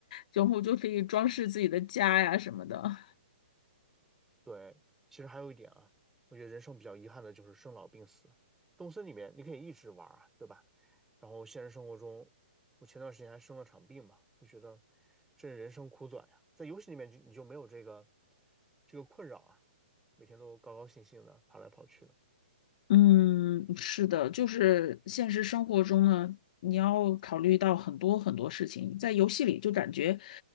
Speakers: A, on the left (about 50°); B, in the centre.
A: 然后就可以装饰自己的家呀什么的。
B: 对，其实还有一点啊，我觉得人生比较遗憾的就是生老病死。动森里面你可以一直玩儿啊，对吧？然后现实生活中，我前段时间还生了场病嘛，就觉得这人生苦短呀。在游戏里面就你就没有这个这个困扰啊，每天都高高兴兴的跑来跑去的。
A: 嗯，是的，就是现实生活中呢，你要考虑到很多很多事情，在游戏里就感觉，